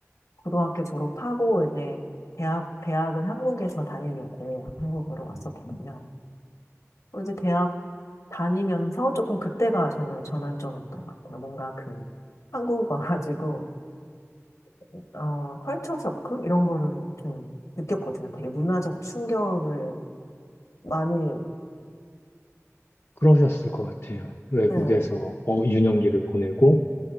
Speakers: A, on the left; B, on the left.
A: 고등학교 졸업하고 이제 대학, 대학은 한국에서 다니려고 한국으로 왔었거든요.
B: 음,
A: 또 이제 대학 다니면서 조금 그때가 저는 전환점이었던 것 같아요. 뭔가 그 한국 와가지고, <laughs> 어, 컬처 쇼크? 이런 거를 좀 느꼈거든요. 되게 문화적 충격을 많이,
B: 그러셨을 것 같아요. 외국에서
A: 네, 네.
B: 어, 유년기를 보내고